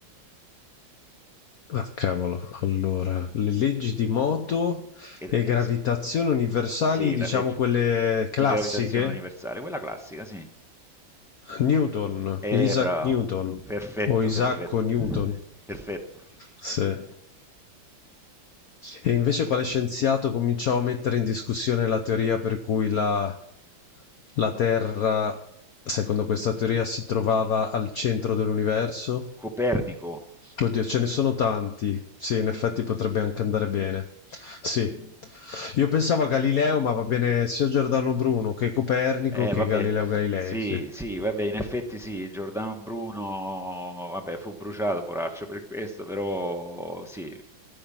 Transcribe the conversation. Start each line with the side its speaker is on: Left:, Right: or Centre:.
Left: Ah, cavolo, allora, le leggi di moto
Centre: Ed-
Left: e
Centre: eh,
Left: gravitazione
Centre: s-
Left: universali,
Centre: sì,
Left: diciamo
Centre: la legge
Left: quelle classiche,
Centre: di gravitazione universale, quella classica, sì.
Left: Newton,
Centre: Eh,
Left: Isaac
Centre: bravo.
Left: Newton
Centre: Perfetto,
Left: o Isacco
Centre: perfetto.
Left: Newton.
Centre: Perfetto.
Left: Sì. E invece quale scienziato cominciò a mettere in discussione la teoria per cui la, la Terra, secondo questa teoria, si trovava al centro dell'universo?
Centre: Copernico.
Left: Oddio, ce ne sono tanti. Sì, in effetti potrebbe anche andare bene. Sì. Io pensavo a Galileo, ma va bene sia Giordano Bruno che Copernico
Centre: Eh,
Left: che
Centre: vabbè,
Left: Galileo Galilei,
Centre: sì,
Left: sì.
Centre: sì, vabbè, in effetti sì, Giordano Bruno, vabbè, fu bruciato, poraccio, per questo, però sì.